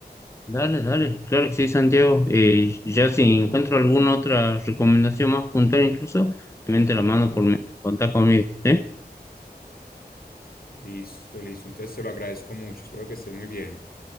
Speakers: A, on the left (about 15°); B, on the left (about 60°).
A: Dale, dale, claro que sí, Santiago. Eh, ya si encuentro alguna otra recomendación más puntual incluso, también te la mando por mensaje, contá conmigo, ¿sí?
B: Listo, listo. Entonces te lo agradezco mucho. Espero que estés muy bien.